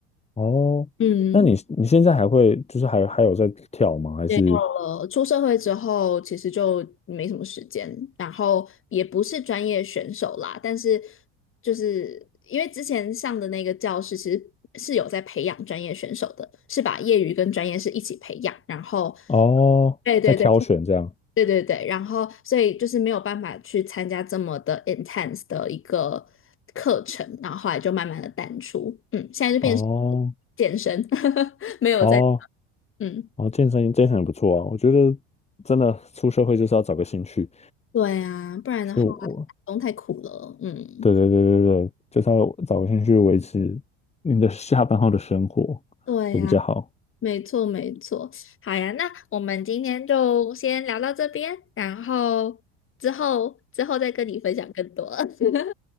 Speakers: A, on the left (about 20°); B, on the left (about 40°).
A: 哦，
B: 嗯。
A: 那你你现在还会就是还还有在跳吗？还是
B: 没有了，出社会之后其实就没什么时间，然后也不是专业选手啦，但是就是因为之前上的那个教室其实是有在培养专业选手的，是把业余跟专业是一起培养，然后
A: 哦在挑选这样？
B: 对对对对对对，然后所以就是没有办法去参加这么的 intense 的一个课程，然后后来就慢慢的淡出，嗯，现在就变成
A: 哦
B: 健身，<laughs> 没有在
A: 哦
B: 嗯。
A: 哦，健身健身也不错啊，我觉得真的出社会就是要找个兴趣，
B: 对啊，不然的话，
A: 就我
B: 打工太苦了。嗯，
A: 对对对对对，就是要找个兴趣维持你的下班后的生活会比较好。
B: 对呀，没错没错。好呀，那我们今天就先聊到这边，然后之后之后再跟你分享更多。<laughs>